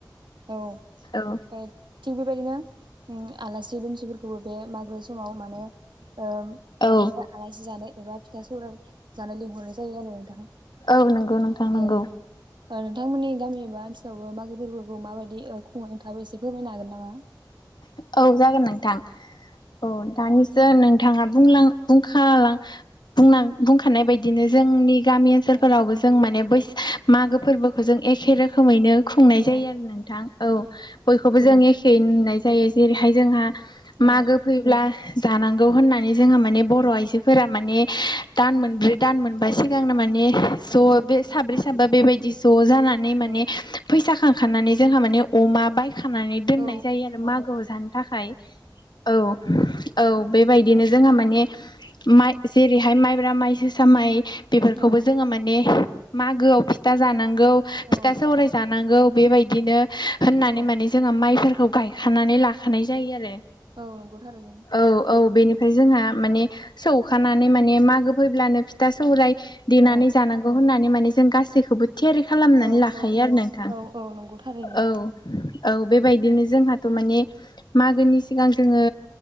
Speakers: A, on the right; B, on the left.
A: औ
B: औ
A: ओ थिग बेबायदिनो ओ आलासि दुमसिफोरखौबो बे मागो समाव माने ओ
B: औ
A: बिदिनो आलासि जानो एबा फिथा सौराइ जानो लिंहरनाय जायो आरो नोंथां
B: औ नंगौ नोंथां
A: औ
B: नंगौ
A: ओ नोंथांमोननि गामि एबा ओनोलावबो मागो फोरबोखौ माबायदि ओ खुङो थाङाबो एसे फोरमायनो हागोन नामा?
B: औ जागोन नोंथां औ दानिसो नोंथाङा बुंलां बुंखालां बुंना बुंखानाय बायदिनो जोंनि गामि ओनसोलफोरावबो
A: औ
B: जों माने बै मागो फोरबोखौ जों एखे रोखोमैनो खुंनाय
A: औ
B: जायो आरो नोंथां औ बयखौबो जों एखे नुनाय जायो जेरैहाय जोंहा
A: औ
B: मागो फैब्ला जानांगौ होननानै जोंहा माने बर' आइजो फोरा माने दान मोनब्रै दान मोनबा सिगांनो माने ज'
A: औ
B: बे साब्रै साब्रा बेबायदि ज' जानानै माने
A: औ
B: फैसा खांखानानै जोंहा माने अमा बाय दनाय
A: औ
B: जायो आरो मागोआव जानो थाखाय औ औ बेबायदिनो जोंहा माने माइ जेरैहाय माइब्रा माइजोसा माइ बेफोरखौबो
A: औ
B: जोङो माने मागोआव फिथा जानांगौ
A: औ
B: फिथा सौराय जानांगौ बेबायदिनो होननानै
A: औ
B: माने जोङो माइफोरखौ गायखानानै लाखानाय जायो आरो
A: औ नंगौ थारैनो
B: औ औ बेनिफ्राय जोंहा माने सौखानानै माने मागो फैब्लानो फिथा सौराय देनानै
A: औ
B: जानांगौ होननानै माने जों गासैखौबो थियारि खालामनानै
A: औ
B: लाखायो
A: औ
B: आरो नोंथां
A: औ औ नंगौ थारैनो
B: औ औ बेबायदिनो जोंहा माने मागोनि सिगां जोङो